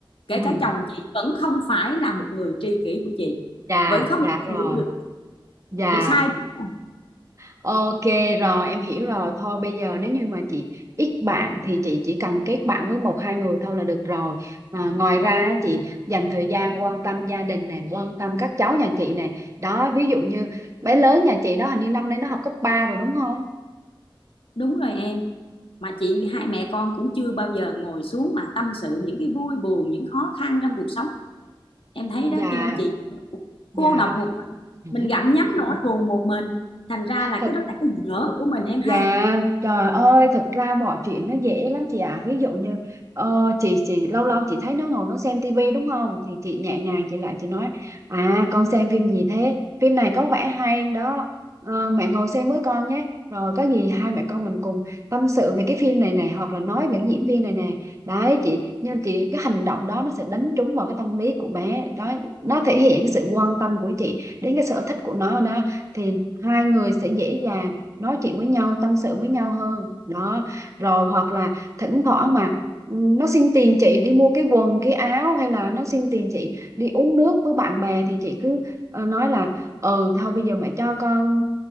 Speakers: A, on the left (about 80°); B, on the right (about 35°).
A: kể
B: Ừ.
A: cả chồng chị vẫn không phải là một người tri kỷ của chị
B: dạ
A: vẫn không
B: dạ
A: thể
B: rồi
A: hiểu được
B: dạ
A: chị sai đúng không?
B: Ok rồi em hiểu rồi thôi bây giờ nếu như mà chị ít bạn thì chị chỉ cần kết bạn với một hai người thôi là được rồi à, ngoài ra á, chị dành thời gian quan tâm gia đình này quan tâm các cháu nhà chị này đó ví dụ như bé lớn nhà chị đó hình như năm nay nó học cấp ba rồi đúng không
A: Đúng rồi em. Mà chị hai mẹ con cũng chưa bao giờ ngồi xuống mà tâm sự những cái vui buồn, những khó khăn trong cuộc sống. Em thấy
B: dạ
A: đó cho nên chị cũng
B: dạ
A: cô độc một mình,
B: <laughs>
A: mình gặm nhấm nỗi buồn một mình. Thành ra là
B: Thật.
A: cái đó là cái dở của mình em
B: Dạ,
A: ha.
B: trời ơi, thực ra mọi chuyện nó dễ lắm chị ạ. Ví dụ như ờ, chị chị lâu lâu chị thấy nó ngồi nó xem tivi đúng không? Thì chị nhẹ nhàng chị lại chị nói, à con xem phim gì thế? Phim này có vẻ hay đó. Ờ, mẹ ngồi xem với con nhé. Rồi có gì hai mẹ con mình cùng tâm sự về cái phim này này hoặc là nói về cái diễn viên này nè. Đấy chị, nhưng chị cái hành động đó nó sẽ đánh trúng vào cái tâm lý của bé. Đó, nó thể hiện cái sự quan tâm của chị đến cái sở thích của nó đó thì hai người sẽ dễ dàng nói chuyện với nhau tâm sự với nhau hơn đó rồi hoặc là thỉnh thoảng mà ừ, nó xin tiền chị đi mua cái quần cái áo hay là nó xin tiền chị đi uống nước với bạn bè thì chị cứ ờ, nói là ừ thôi bây giờ mẹ cho con